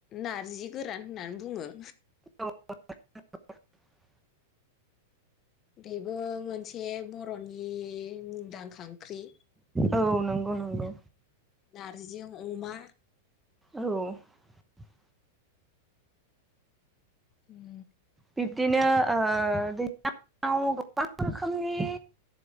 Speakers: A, on the left; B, in the centre.
A: नारजि गोरान होननानै बुङो।
B: <inaudible>
A: बेबो मोनसे बर'नि मुंदांखा ओंख्रि
B: औ नोंगौ नोंगौ।
A: नार्जिजों अमा
B: औ
A: उम।
B: बिब्दिनो ओ दैलांङाव गोबां रोखोमनि